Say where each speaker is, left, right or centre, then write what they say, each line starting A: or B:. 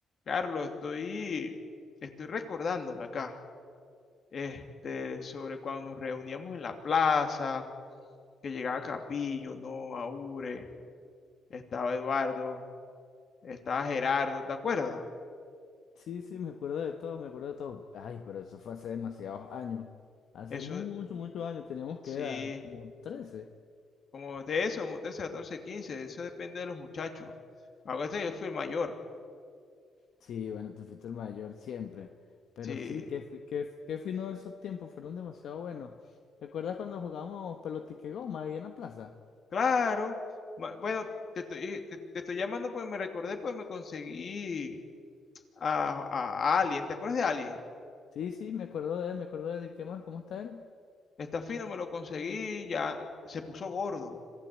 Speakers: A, on the left; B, on the left.
A: Carlos, estoy, estoy recordándome acá, este, sobre cuando nos reuníamos en la plaza, que llegaba Capillo, no, Aure, estaba Eduardo, estaba Gerardo, ¿te acuerdas?
B: Sí, sí, me acuerdo de todo, me acuerdo de todo. Ay, pero eso fue hace demasiados años. Hace
A: Eso,
B: muchos, muchos años teníamos
A: sí,
B: que edad, como trece
A: como de eso, como 13, 14, 15, eso depende de los muchachos. Acuérdate que yo fui el mayor,
B: Sí, bueno, tú fuiste el mayor siempre. Pero
A: sí,
B: sí, qué, fi- qué, qué fino esos tiempos, fueron demasiado buenos. ¿Recuerdas cuando jugamos pelotique goma ahí en la plaza?
A: claro. ma- Bueno, te estoy, te, te estoy llamando porque me recordé, pues me conseguí a, a Alien, ¿te acuerdas de Alien?
B: Sí, sí, me acuerdo de él, me acuerdo de él. ¿Qué más? ¿Cómo está él?
A: Está fino, me lo conseguí, ya se puso gordo.